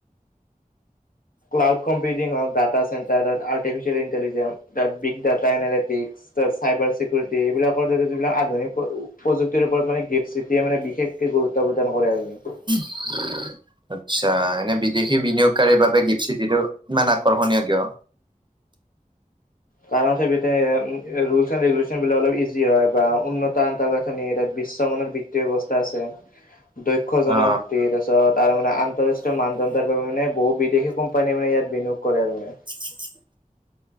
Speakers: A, on the left; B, on the right.
A: ক্লাউড কম্পউটিং হওক, ডাটা চেণ্টাৰ হ'ক, তাত আৰ্টিফিচিয়েল ইণ্টেলিজেন্ঞ্চ, তাত big, data analytics cyber security, এইবিলাকৰ যিবিলাক আধুিক প্ৰুক্তিৰ ওপৰত মানে মানে, বিশেষকে গুৰুত্ব প্ৰদান কৰে আৰু।
B: <unintelligible> আচ্ছা! এনে বিদেশী বিনিয়োগকাৰীৰ বাবে গীপ চিটিটো ইমান আকৰ্ষণীয় কিয়?
A: কাৰণ হৈছে মেটা এই আই <unintelligible> ৰুলচ এণ্ড ৰেগুলেশ্যনবিলাক অলপ ইজি হয় বা উন্নত আন্তঃগাঁথনি, আৰু তাত বিশ্বমানৰ বিত্তীয় ব্যৱস্থা আছে। দক্ষ জনশক্তি,
B: অ
A: তাৰপিছত আৰু মানে আন্তৰাষ্ট্ৰীয় মানদণ্ডৰ বাবে মানে বহু বিদেশী কোম্পানীয়ে মানে ইয়াত বিনিয়োগ কৰে আৰু মানে।
B: <unintelligible>